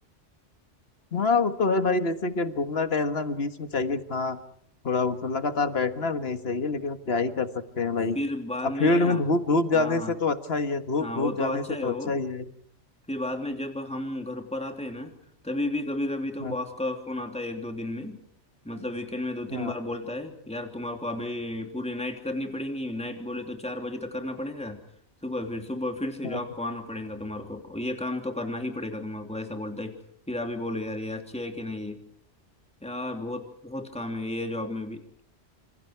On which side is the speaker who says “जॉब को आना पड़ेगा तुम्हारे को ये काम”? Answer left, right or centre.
Centre